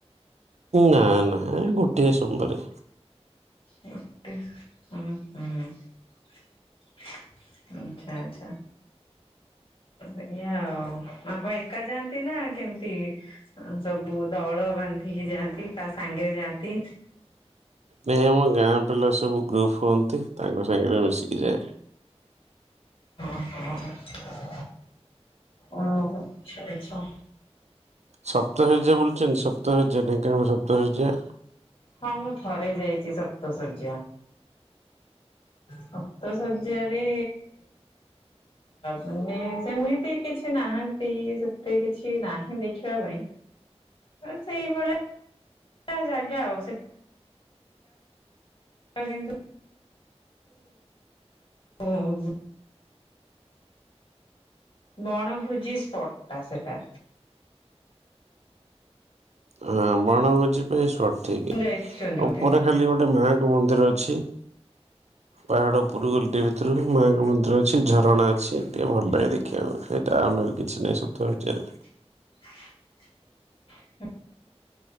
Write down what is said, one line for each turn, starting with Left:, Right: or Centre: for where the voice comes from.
Right: ନା ନା ଗୋଟିଏ ସୋମବାରେ।
Left: ମୋଟେ ହୁଁ ହୁଁ। ଆଚ୍ଛା ଆଚ୍ଛା। ଏଇା ଆଉ ଆପଣ ଏକା ଯାଆନ୍ତି ନା କେମିତି ସବୁ ଦଳ ବାନ୍ଧିକି ଯାଆନ୍ତି କା ସାଙ୍ଗରେ ଯାଆନ୍ତି?
Right: ନାଇଁ ଆମ ଗାଁ ପିଲା ସବୁ ଗ୍ରୁପ ହୁଅନ୍ତି ତାଙ୍କ ସାଙ୍ଗରେ ମିଶିକି ଯାଏ।
Left: ହ। <unintelligible> ଓଁ ଆଛା ଆଛା।
Right: ସପ୍ତଶଯ୍ୟା ବୁଲିଛନ୍ତି ସପ୍ତଶଯ୍ୟା ଢେଙ୍କାନାଳ ସପ୍ତଶଯ୍ୟା।
Left: ହଁ ମୁଁ ଥରେ ଯାଇଛି ସପ୍ତଶଯ୍ୟା। ସପ୍ତଶଯ୍ୟାରେ ମାନେ ସେମିତି କିଛି ନାହାନ୍ତି ସେତେ କିଛି ନାହିଁ ଦେଖିବା ପାଇଁ ସେଇଭଳିଆ ଜାଗା ଆଉ ସେ ତା କିନ୍ତୁ। ହଁ। ବଣଭୋଜି ସ୍ପଟ ଟା ସେଟା।
Right: ହଁ ବଣଭୋଜି ପାଇଁ ସଠିକ ଆଉ
Left: ଯାଇଛନ୍ତି ବୋଧେ
Right: ଉପରେ ଖାଲି ଗୋଟେ ମାଙ୍କ ମନ୍ଦିର ଅ ଛି ପାହାଡ ଉପୁୁର ଗଲଟି ଭିତରେ। ମାଙ୍କ ମନ୍ଦିର ଅଛି ଝରଣା ଅଛି ଟିକେ ଭଲ ଲାଗେ ଦେଖିବାକୁ ସେଇଟା ଆଉ କିଛି ନାହିଁ ସପ୍ତଶଯ୍ୟା ରେ।
Left: <inaudible>